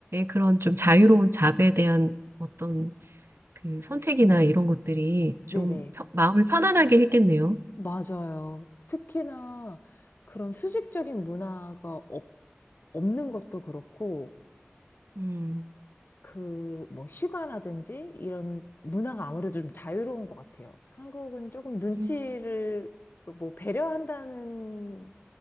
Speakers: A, on the right (about 65°); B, on the left (about 55°).
A: 그런 좀 자유로운 잡에 대한 어떤 그 선택이나
B: 네,
A: 이런 것들이 좀
B: 네네.
A: 펴- 마음을 편안하게 했겠네요.
B: 맞아요. 특히나 그런 수직적인 문화가 없, 없는 것도 그렇고,
A: 음,
B: 그, 뭐, 휴가라든지 이런 문화가 아무래도 좀 자유로운 것 같아요. 한국은 조금 눈치를
A: 음,
B: 뭐, 배려한다는